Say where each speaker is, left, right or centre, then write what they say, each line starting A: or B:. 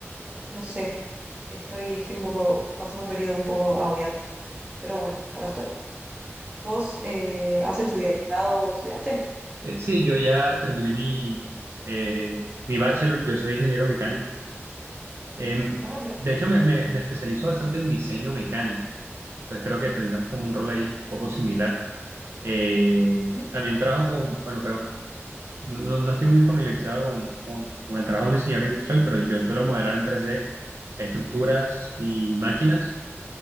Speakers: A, on the right; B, on the right.
A: No sé, estoy, estoy un poco pasando un periodo un poco agobiante, pero bueno, acá estoy. ¿Vos eh, has estudiado o estudiaste?
B: Eh, sí, yo ya terminé mi, eh, mi bachelor, yo soy ingeniero mecánico. Em,
A: Ah, mira.
B: de hecho, me, me, me especializo bastante en diseño mecánico, entonces creo que tendremos como
A: Ah, mira.
B: un rol ahí un poco similar. Eh,
A: Ujú.
B: también trabajo con, bueno, creo, no, no- no estoy muy familiarizado con, con, con el trabajo de un diseñador industrial, pero yo suelo modelar en 3D estructuras y máquinas.